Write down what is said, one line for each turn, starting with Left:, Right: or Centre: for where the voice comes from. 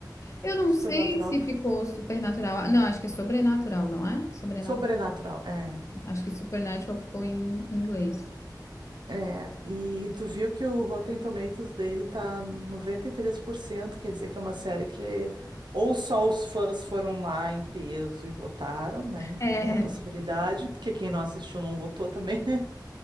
Left: Eu não
Right: Supernatural.
Left: sei se ficou supernatural. Não, acho que é sobrenatural, não é? Sobrenatural.
Right: Sobrenatural, é.
Left: Acho que supernatural ficou em inglês.
Right: É, e tu viu que o Rotten Tomatoes dele tá 93% quer dizer que é uma série que ou só os fãs foram lá em peso e votaram, né?
Left: É.
Right: Que é uma possibilidade,
Left: <laughs>
Right: porque quem não assistiu não votou também, <laughs> né?